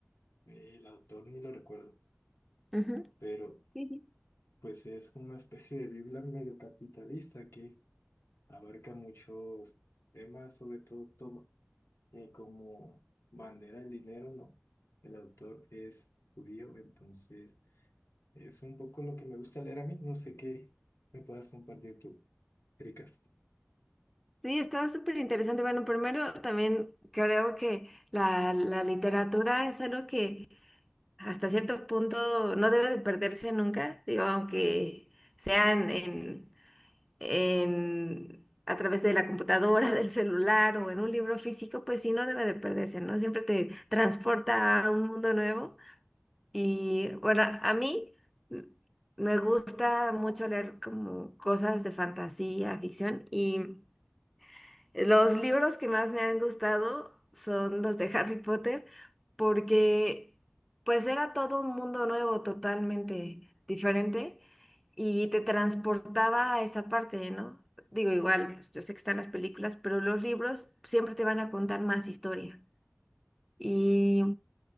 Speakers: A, on the left; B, in the centre.
A: eh, el autor, ni lo recuerdo,
B: Ujú.
A: pero
B: Sí, sí.
A: pues es una especie de Biblia medio capitalista que abarca muchos temas, sobre todo eh, como bandera el dinero, no. El autor es judío, entonces es un poco lo que me gusta leer a mí. No sé qué me puedas compartir tú, Erika.
B: Sí, está súper interesante. Bueno, primero también creo que la, la literatura es algo que hasta cierto punto no debe de perderse nunca, digo, aunque sean en, en- a través de la computadora, <laughs> del celular o en un libro físico, pues sí, no debe de perderse, ¿no? Siempre te transporta a un mundo nuevo. Y bueno, a mí mm, me gusta mucho leer como cosas de fantasía, ficción, y los libros que más me han gustado son los de Harry Potter, porque pues era todo un mundo nuevo, totalmente diferente, y te transportaba a esa parte, ¿no? Digo, igual, pues, yo sé que están las películas, pero los libros siempre te van a contar más historia. Y